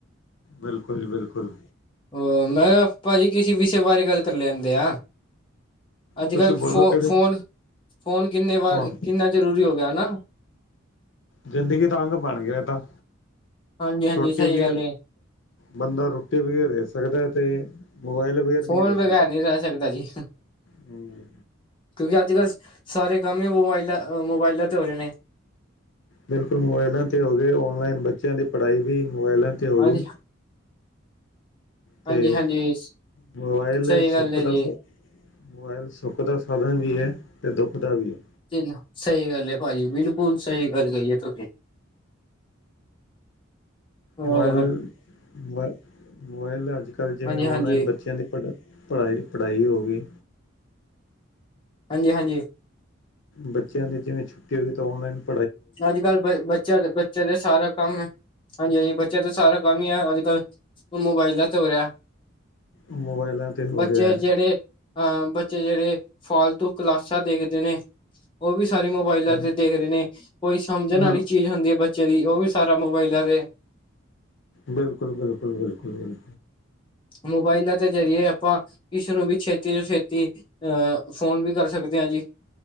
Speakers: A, on the left; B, on the left.
A: ਬਿਲਕੁਲ ਜੀ ਬਿਲਕੁਲ
B: ਹੋਰ ਮੈ ਕਿਹਾ ਭਾਜੀ ਕਿਸੇ ਵਿਸ਼ੇ ਬਾਰੇ ਗੱਲ ਕਰ ਲੈਦੇ ਆ ਅੱਜ
A: ਤੁਸੀਂ
B: ਕੱਲ੍ਹ
A: ਬੋਲੋ
B: ਫੋ
A: ਕਿਹੜੇ
B: ਫੋਨ ਫੋਨ ਕਿੰਨੇ ਵਾਰ
A: ਹਾਂ
B: ਕਿੰਨਾ ਜ਼ਰੂਰੀ ਹੋ ਗਿਆ ਹੈ ਨਾ
A: ਜਿੰਦਗੀ ਦਾ ਅੰਗ ਬਣ ਗਿਆ ਇਹ ਤਾ
B: ਹਾਂਜੀ ਹਾਂਜੀ
A: ਰੋਟੀ
B: ਸਹੀ
A: ਵੀ
B: ਗੱਲ ਹੈ
A: ਬੰਦਾ ਰੋਟੀ ਵਗੈਰ ਰਹਿ ਸਕਦਾ ਹੈ ਤੇ ਮੋਬਾਇਲ ਬਗੈਰ ਨਹੀਂ
B: ਫੋਨ
A: ਰਹਿ
B: ਬਗੈਰ
A: ਸਕਦਾ
B: ਨਹੀ ਰਹਿ ਸਕਦਾ ਜੀ
A: ਹੂੰ,
B: ਕਿਉਕਿ ਅੱਜ ਕੱਲ ਸਾਰੇ ਕੰਮ ਹੀ ਮੋਬਾਈਲ ਮੋਬਾਈਲਾ ਤੇ ਹੋ ਰਹੇ ਨੇ
A: ਬਿਲਕੁਲ ਮੋਬਾਇਲਾ ਤੇ ਹੋ ਗਏ ਔਨਲਾਈਨ ਬੱਚਿਆ ਦੀ ਪੜ੍ਹਾਈ ਵੀ ਮੋਬਾਇਲਾ ਤੇ ਹੋ
B: ਹਾਂਜੀ
A: ਗਈ
B: ਹਾਂਜੀ
A: ਤੇ
B: ਹਾਂਜੀ
A: ਮੋਬਾਈਲ
B: ਸਹੀ
A: ਸੁੱਖ
B: ਗੱਲ ਹੈ ਜੀ।
A: ਦਾ ਸ ਮੋਬਾਇਲ ਸੁੱਖ ਦਾ ਸਾਧਨ ਵੀ ਹੈ ਤੇ ਦੁੱਖ ਦਾ ਵੀ ਹੈ
B: ਤਿੰਨ ਸਹੀ ਗੱਲ ਹੈ ਭਾਜੀ ਬਿਲਕੁਲ ਸਹੀ ਗੱਲ ਕਹੀਏ ਤੁਸੀ <inaudible> ਹਾਂ
A: ਮੋਬਾਇਲ ਮੋਬ ਮੋਬਾਇਲ ਅੱਜ ਕੱਲ੍ਹ ਜਿਵੇ
B: ਹਾਂਜੀ
A: ਔਨਲਾਈਨ
B: ਹਾਂਜੀ
A: ਬੱਚਿਆ ਦੀ ਪੜ੍ਹਾਈ ਪੜ੍ਹਾਈ ਪੜ੍ਹਾਈ ਹੋ ਗਈ
B: ਹਾਂਜੀ -ਹਾਂਜੀ
A: ਬੱਚਿਆਂ ਦੀ ਜਿਵੇਂ ਛੁੱਟੀ ਓਗੀ ਤਾਂ ਔਨਲਾਈਨ -
B: ਅੱਜ ਕੱਲ੍ਹ ਬ ਬੱਚਿਆਂ ਦਾ ਬੱਚਿਆਂ ਦਾ ਸਾਰਾ ਕੰਮ ਹਾਂਜੀ- ਹਾਂਜੀ, ਬੱਚਿਆਂ ਤੋਂ ਸਾਰਾ ਕੰਮ ਹੀ ਆ ਅੱਜ ਕੱਲ੍ਹ ਮੋਬਾਇਲਾਂ ਤੇ ਓ ਰਿਐ।
A: ਮੋਬਾਇਲਾਂ ਤੇ ਹੋ
B: ਬੱਚੇ
A: ਰਿਹਾ
B: ਜਿਹੜੇ ਅਹ, ਬੱਚੇ ਜਿਹੜੇ ਫਾਲਤੂ ਕਲਾਸਾਂ ਦੇਖਦੇ ਨੇ ਓ ਵੀ ਸਾਰੀ ਮੋਬਾਈਲਾਂ
A: ਹੈ
B: ਤੇ ਦੇਖਰੇ ਨੇ, ਕੋਈ ਸਮਝਣ ਆਲੀ
A: ਹਾਂ
B: ਚੀਜ਼ ਹੁੰਦੀ ਐ ਬੱਚੇ ਦੀ ਓਵੀ ਸਾਰਾ ਮੋਬਾਇਲਾਂ ਤੇ
A: ਬਿਲਕੁਲ -ਬਿਲਕੁਲ- ਬਿਲਕੁਲ -ਬਿਲਕੁਲ।
B: ਮੋਬਾਇਲਾਂ ਤੇ ਜ਼ਰੀਏ ਆਪਾਂ ਕਿਸ ਨੂੰ ਵੀ ਛੇਤੀ ਤੋਂ ਛੇਤੀ ਅਅ, ਫ਼ੋਨ ਵੀ ਕਰ ਸਕਦੇ ਆਂ ਜੀ